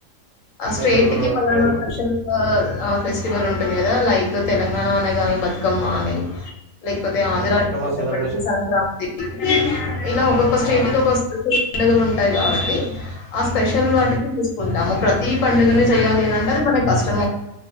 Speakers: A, on the left; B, on the right.
A: ఆ స్టేట్
B: మీరు
A: కి పలానా
B: పేరు
A: స్పెషల్ ఆ ఫెస్టివల్ ఉంటుంది కదా లైక్ తెలంగాణ అనగానే బతుకమ్మ అని లేకపోతే ఆంధ్రా
B: బతుకమ్మ
A: <unintelligible>
B: సెలబ్రేషన్
A: సంక్రాంతి ఇలా ఒక్కొక్క స్టేట్
B: ఆ
A: కి ఒకొ డిఫరంట్ పండుగలుటాయ్ కాబ ట్టి ఆ స్పెషల్
B: ఉమ్
A: వాటిని తీసుకుంటాము ప్రత్ పండుగనే చేయాలి అని అంటే అది మనకు కష్టమ